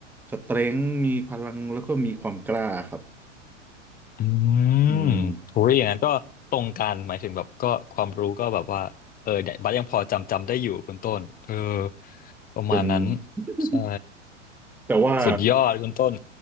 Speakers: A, in the centre; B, on the left.
A: สเตรงมีพลังแล้วก็มีความกล้าครับ
B: อืม
A: อืม
B: โหอย่างนั้นก็ตรงกันหมายถึงแบบก็ความรู้ก็แบบว่าเออเดี๋ยวบัดยังพอจำจำได้อยู่คุณต้นเออประมาณนั้น
A: เป็น <laughs>
B: ใช่
A: แต่ว่า
B: สุดยอดคุณต้น